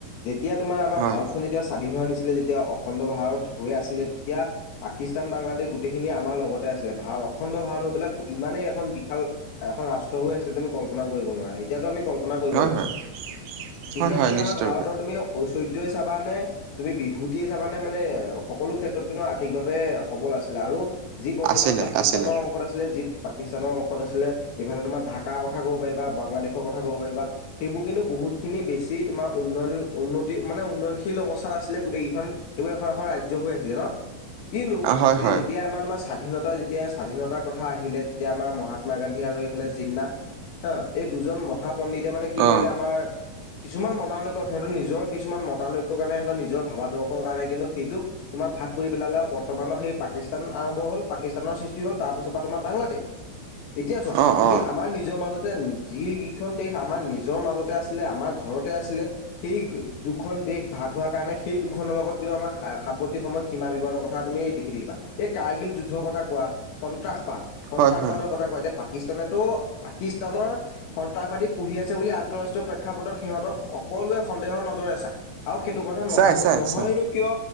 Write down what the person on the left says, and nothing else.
যেতিয়া তোমাৰ আমাৰ
ভাৰতখন যেতিয়া স্বাধীন হোৱা নিছিলে যেতিয়া অখণ্ড ভাৰত হৈ আছিলে তেতিয়া পাকিস্তান বাংলাদেশ গোটেইখিনিয়ে আমাৰ লগতে আছিলে ভাৰত অখণ্ড ভাৰত হৈ পেলাই ইমানেই এখন াল এখন ৰাষ্ট্ৰ হৈ আছিলে তুমি কল্পনা কৰিব নোৱাৰা তেতিয়াতো আমি কল্পনা কৰিব
নোৱাৰো
তেতিয়া
তুমি
আমাৰ ভাৰতৰ
তুমি ঐশ্বৰ্যই চাবানে তুমি বিভূতিয়ে চাবানে মানে সকলো ক্ষেত্ৰত কিন্তু আৰ্থিকভাৱে সবল আছিলে আৰু যি বৰ্তমান
পাকিস্তানৰ
অংশত আছিলে যি পাকিস্তানৰ অংশ ত আছিলে ইফালে তোমাৰ ঢাকাৰ কথা ক'ব পাৰিবা বাংলাদেশৰ কথা ক'ব পাৰিবা সেইবোৰ কিন্তু বহুতখিনি বেছি তোমাৰ উন্নয়ন উন্নতি মানে উন্নয়নশীল অৱস্থাত আছিলে গোটেই কেইখন এইবোৰ এখন এখন ৰাজ্য হৈ আছিলে ন কিন্তু
এতিয়া
যেতিয়া আমাৰ তোমাৰ স্বাধীনতা যেতিয়া স্বাধীনতাৰ কথা আহিলে তেতিয়া আমাৰ মহাত আাত্মা গান্ধী আৰু এইফালে জিন্না হা এই দুজন মহাপণ্ডিতে মানে কি
কৰিলে আমাৰ কিছুমান মডাৰ্ন দেখুৱাওক সিহঁৰ নিজৰ কিছুমান মতানৈক্য কাৰণে সিহঁতৰ নিজৰ ভাদৰ্শ কাৰণে কিন্তু সেইটোক তোমাৰ ভাগ কৰি পেলালেও বৰ্তমানৰ সেই পাকিস্তান আৰম্ভ হ'ল পাকিস্তানৰ সৃষ্টি হ'ল তাৰ পিছত পা তোমাৰ বাংলাদেশ এতিয়া চোৱা
তুমি
আমাৰ নিজৰ মাজতে যিগিখন দেশ আমাৰ নিজৰ মাজতে আছিলে আমাৰ ঘৰতে আছিলে সেই দুখন দেশ ভাগ হোৱাৰ কাৰণে সেই দুখনৰ লগত কিন্তু আমাৰ সাম্প্ৰতিক সময় সীমা বিবাদৰ কথা তুমি দেখি থাকিবা এই কাৰ্গিল যুদ্ধৰ কথা কোৱা সন্ত্ৰাসবাদ সন্ত্ৰাসবাদক
কথা কয় এতিয়া পাকিস্তানেতো পাকিস্তানৰ সন্তাসবাদী পুহি আছে বুলি আন্তঃৰাষ্ট্ৰীয় প্ৰেক্ষাপটত সিহঁতক সকলোৱে সন্দেহৰ নজৰে চায়। আৰু সেইটো কথা নহ
নহয়নো
কিয়